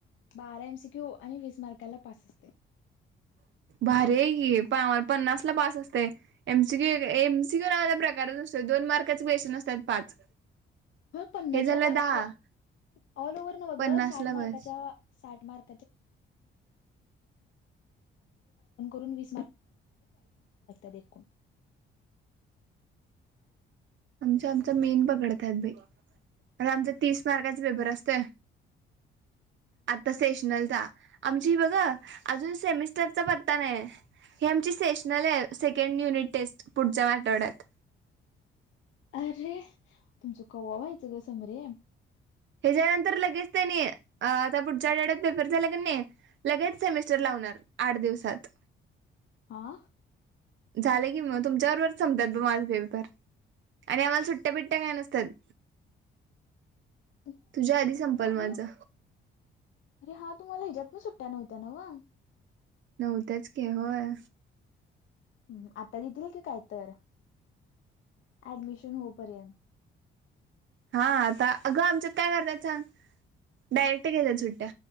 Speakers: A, on the left; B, on the right.
A: बारा एमसीक्यू आणि वीज मार्काला पास असते
B: भर पन्नास ला पास असते एमसी क्यू एमसी क्यू नावा प्रकारच असत दोन मार्काचे क्वेश्चन असतात पाच
A: हो पन्नासला
B: हे झालं दहा
A: ऑल ओव्हर न ब
B: पन्नास
A: ग साठ
B: ला बस
A: मार्काच्या साठ मार् ून म <inaudible> <inaudible>
B: आमच्या आमचा मेन पकडत आहेत बाई आता आमच्या तीस मार्काचे पेपर असते आता सेशनल जा आमची बघा अजून सेमिस्टरचा पत्ता नाय हे आमची सेशनल आहे सेकंड युनिट टेस्ट पुढच्या आठवड्यात
A: अरे तुमचं कौवा व्हायचं ग समरे
B: ह्याच्या नंतर लगेच ते नाही आता पुढच्या ळ्यात पेपर झाला का नाही लगेच सेमिस्टर लावणार आठ दिवसात
A: आा
B: झालं की मग तुमच्यावरबरच संपतात ब माझपेपर आणि आम्हाला सुट्ट्या बिट्ट्या काय नसतात
A: <inaudible>
B: तुझ्या आधी संपल
A: हा
B: माझं
A: अरे हा तुम्हाला हिच्यातन सुट्ट्या नव्हत्या ना वा
B: नव्हतच के होय
A: ह् आता देतील की काय तर ऍडमिशन होपर्यंत
B: हा आता अगं आमच्यात काय करतायात सांग डायरेक्ट घ्याता सुट्ट्या